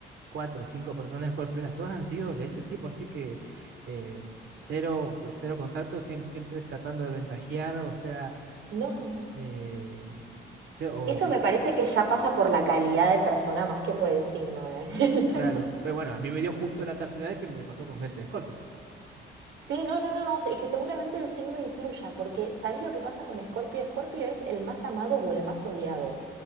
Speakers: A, on the right; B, on the right.
A: cuatro o cinco personas golpeolas, todas han sido de ese tipo, así que eh, cero, cero contacto, siempre, siempre tratando de ventajear, o sea,
B: No.
A: eh, se- o,
B: Eso me parece que ya pasa por la calidad de persona más que por el signo, ¿eh? <laughs>
A: claro, pero bueno, a mí me dio justo la casualidad que me pasó con gente de Scorpio.
B: Sí, no, no, no, no. Es que seguramente el signo influya, porque ¿sabés lo que pasa con Escorpio? Escorpio es el más amado o el más odiado.